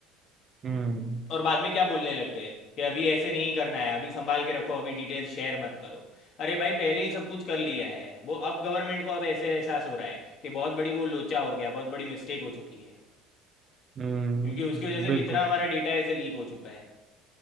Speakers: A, on the right; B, on the left.
A: हम्म
B: और बाद में क्या बोलने लग गए कि अभी ऐसे नहीं करना है अभी संभाल के रखो अभी डिटेल्स शेयर मत करो अरे भाई पहले ही सब कुछ कर लिया है वो अब गवर्नमेंट को अब ऐसे एहसास हो रहा है कि बहुत बड़ी वो लोचा हो गया बहुत बड़ी मिस्टेक हो चुकी है
A: हम्म
B: क्योंकि उसकी वजह से
A: बिल्कुल
B: कितना हमारा डेटा ऐसे लीक हो चुका है